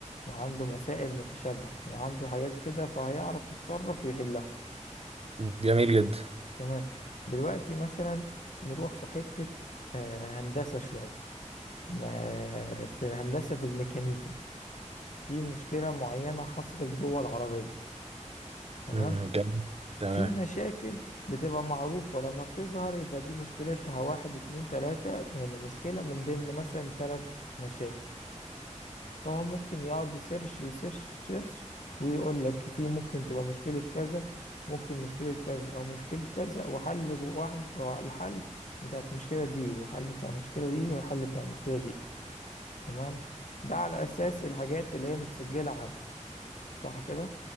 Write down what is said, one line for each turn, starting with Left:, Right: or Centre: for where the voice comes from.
Left: وعنده مسائل متشابهة وعنده حاجات كده فهيعرف يتصرف ويحلها
Right: جميل جدا
Left: تمام دلوقتي مثلا نروح في حتة آه، هندسة شوية ما في هندسة في الميكانيكا في مشكلة معينة حصلت جوه العربية تمام
Right: مم، جميل تمام
Left: في مشاكل بتبقى معروفة لما بتظهر يبقى دي مشكلتها واحد اتنين تلاتة يعني مشكلة من ضمن مثلا تلات مشاكل فهو ممكن يقعد يسيرش يسيرش يسيرش ويقول لك في ممكن تبقى مشكلة كذا ممكن مشكلة كذا أو مشكلة كذا وحل واحد أو الحل بتاع المشكلة دي وحل بتاع المشكلة دي وحل بتاع المشكلة دي تمام ده على أساس الحاجات اللي هي متسجلة عنده صح كده